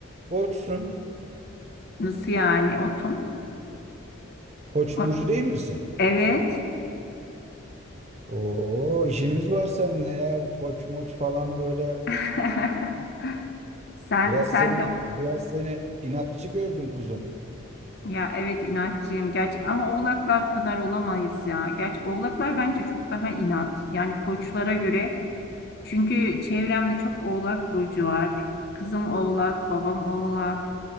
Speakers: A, on the right; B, on the left.
A: koçsun.
B: nasıl yani otum?
A: Koç
B: O-
A: burcu değil misin?
B: Evet.
A: Oo işimiz var seninle ya. Bu koç moç falan böyle
B: <laughs> Sen
A: biraz
B: sen
A: seni
B: de
A: biraz seni inatçı gördüm kuzum.
B: Ya evet inatçıyım gerçek ama oğlaklar kadar olamayız ya. Gerçi oğlaklar bence çok daha inat. Yani koçlara göre çünkü çevremde çok oğlak burcu var. Kızım oğlak, babam oğlak.